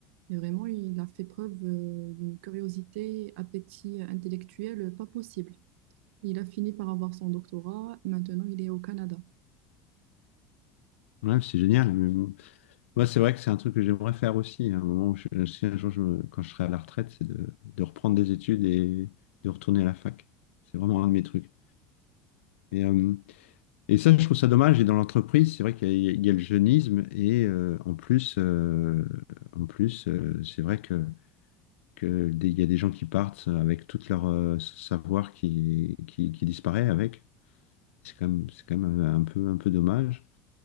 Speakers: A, on the right; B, on the left.
A: Et vraiment, il a fait preuve euh, d'une curiosité, appétit intellectuel pas possible. Il a fini par avoir son doctorat. Maintenant, il est au Canada.
B: ouais, c'est génial. Moi, c'est vrai que c'est un truc que j'aimerais faire aussi. À un moment, où je- si un jour, je me- quand je serai à la retraite, c'est de, de reprendre des études et de retourner à la fac. C'est vraiment un de mes trucs. Et, euh, et ça, je trouve ça dommage. Et dans l'entreprise, c'est vrai qu'il y, a il y a le jeunisme. Et euh, en plus, euh, en plus euh, c'est vrai que, que des- il y a des gens qui partent avec tout leur euh, savoir qui, qui, qui disparaît avec. C'est quand même, c'est quand même un peu, un peu dommage.